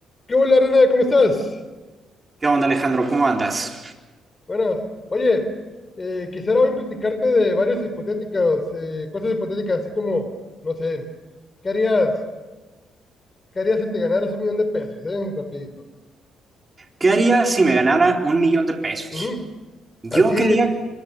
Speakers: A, on the left; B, on the right.
A: ¿Qué hola, René? ¿Cómo estás?
B: ¿Qué onda, Alejandro? ¿Cómo andas?
A: Buenas. Oye, eh, quisiera hoy platicarte de varias hipotéticas, eh, cosas hipotéticas, así como, no sé, ¿qué harías, qué harías si te ganaras un millón de pesos, eh? Rapidito.
B: ¿Qué haría si me ganara un millón de pesos?
A: Ujú.
B: Yo
A: Así,
B: quería,